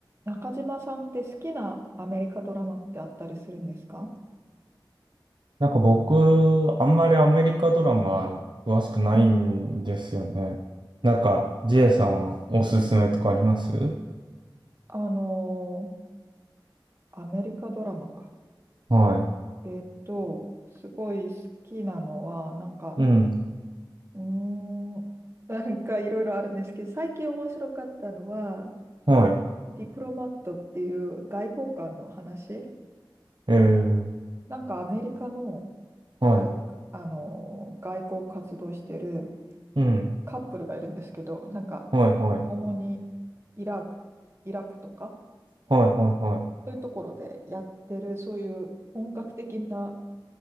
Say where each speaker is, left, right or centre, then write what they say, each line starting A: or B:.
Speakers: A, on the right (about 30°); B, on the right (about 65°).
A: 中島さんって好きなアメリカドラマってあったりするんですか
B: なんか僕、あんまりアメリカドラマ詳しくないんですよね。なんか、ジェイさんはおすすめとかあります
A: あのーアメリカドラマか。
B: は
A: えーっと、すごい好きなのは、なんか、
B: い。うん。
A: うーん、なんかいろいろあるんですけど、最近面白かったのは、
B: はい。
A: ディプロマットっていう外交官の話。
B: えー、
A: なんかアメリカの、
B: は
A: か、あのー外交活動してる
B: い。うん。
A: カップルがいるんですけど、なんか、
B: はい、はい。
A: 主にイラク、イラクとか。
B: はい、はい、は
A: そういうところでやってる、そういう本格的な、